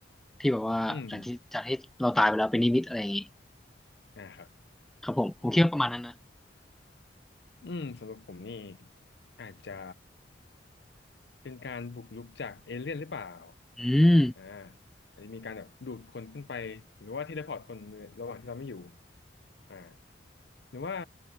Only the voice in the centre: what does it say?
ที่แบบว่าหลังที่จากที่เราตายไปแล้วเป็นนิมิตอะไรอย่างงี้
ครับผมผมคิดว่าประมาณนั้นนะ
อืม